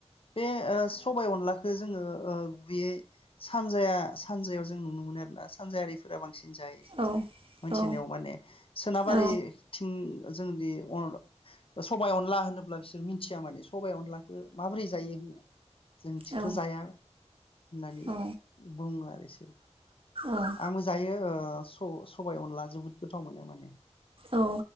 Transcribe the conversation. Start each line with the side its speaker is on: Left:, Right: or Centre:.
Left: बे ओ सबाय अनलाखो जोङो ओ बैयै सानजाया सानजायाव जों नुनो मोनो आरना सानजायारिफोरा बां थिन जाय
Right: औ
Left: मोनथिनायाव
Right: औ
Left: माने सोनाबारि
Right: औ
Left: थिं जोंनि अर ओ सबाय अनला होनोब्ला बिसोर मिथिया माने सबाइ अनला ओ माब्रै जायो होननाया जोंथिंथ'
Right: औ
Left: जाया होननानै
Right: औ
Left: बुङो आरो। <unintelligible>
Right: औ
Left: आंबो जायो ओ स सबाय अनला जोबोद गोथाव मोनो माने
Right: औ